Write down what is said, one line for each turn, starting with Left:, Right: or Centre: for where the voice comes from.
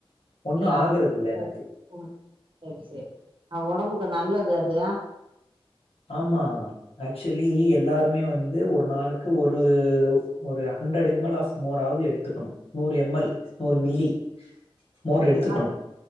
Left: ஒண்ணும்
Right: யா
Left: ஆகுறதில்ல
Right: செரி
Left: எனக்கு.
Right: <inaudible> செரி செரி ஆஹ் ஒடம்புக் கு நல்லது அது
Left: ஆமா ஆக்சுவலி எல்லாருமே வந்து ஒரு நாளுக்கு ஒரு ஒரு ஹண்ட்ரட் எம் எல் ஆப் மோர் ஆவது எடுத்துக்கணு நூறு எம் எல் நூறு மில்லி மோர் எடுத்துக்கணும்.
Right: அ